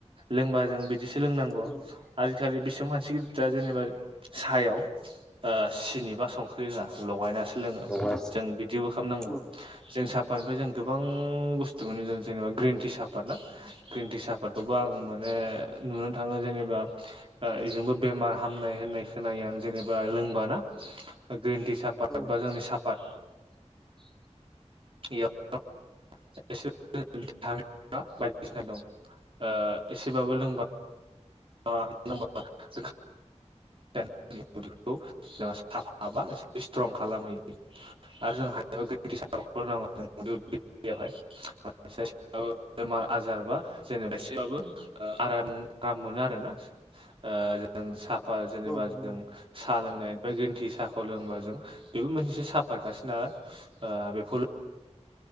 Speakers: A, on the right (about 50°); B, in the centre.
A: लोंबा जों बिदिसो लोंनांगौ
B: औ
A: आजिखालि बिसबां मानसि गिदिरा जेनेबा सायाव ओ सिनि बा संख्रि लोङा लगायनासो लोङो
B: औ
A: जों बिदिबो खालामनांगौ
B: औ
A: जों सापातनिफ्राय जों गोबां बुस्थु मोनो जों जेनेबा ग्रिन टि सापात ना ग्रिन टि सापातखौबो आं माने नुनो थाङो जेनेबा बेजोंबो बेमार हामनाय होननाय खोनायो आं जेनेबा लोंबाना ग्रिन टि साफ फाद
B: औ
A: बा जोंनि सापात
B: <inaudible>
A: इयाव <unintelligible> बायदिसिना दं ओ एसेबाबो लोंबा <unintelligible> <unintelligible> एसे स्ट्रं खालामहैयो आरो जों <unintelligible> <unintelligible> बेमार आजार बा जेनेबा सेबाबो आराम आराम मोनो आरो आरोना ओ जों साफा जेनेबा
B: औ
A: जों
B: नंगौ
A: साहा लोंनायनायनिफ्राय ग्रिन टि साहाखौ लोंबा जों बेबो मोनसेसो साफातखानो नालाय ओ बेखौ